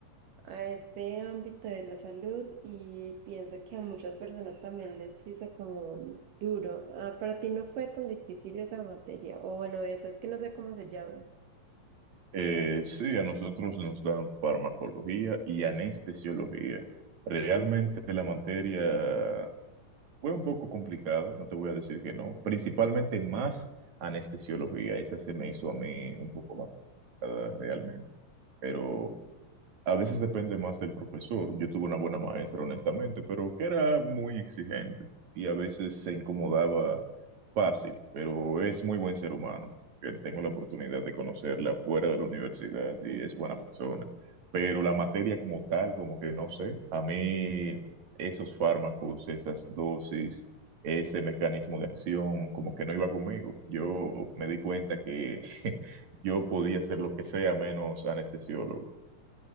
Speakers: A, on the right (about 75°); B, on the right (about 55°).
A: a este ámbito de la salud y pienso que a muchas personas también les hizo como duro. Ah, para ti no fue tan difícil esa materia, o bueno, esa es que no sé cómo se llama.
B: Eh, sí, a nosotros nos dan farmacología y anestesiología. Realmente la materia fue un poco complicada, no te voy a decir que no, principalmente más anestesiología, esa se me hizo a mí un poco más complicada realmente, pero... A veces depende más del profesor. Yo tuve una buena maestra, honestamente, pero que era muy exigente y a veces se incomodaba fácil, pero es muy buen ser humano. que Tengo la oportunidad de conocerla fuera de la universidad y
A: Ujú.
B: es buena persona. Pero la materia como tal, como que no sé, a mí esos fármacos, esas dosis, ese mecanismo de acción, como que no iba conmigo. Yo me di cuenta que <laughs> yo podía ser lo que sea menos anestesiólogo.